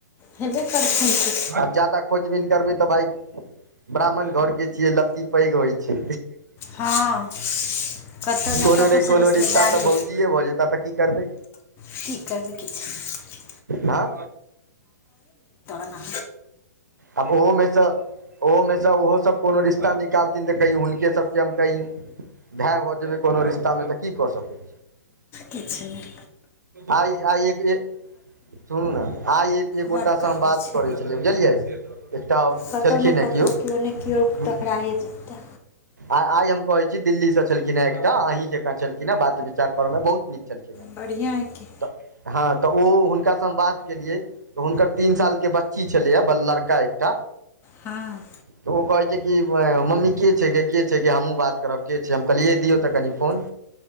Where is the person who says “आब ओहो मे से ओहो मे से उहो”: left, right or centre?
Right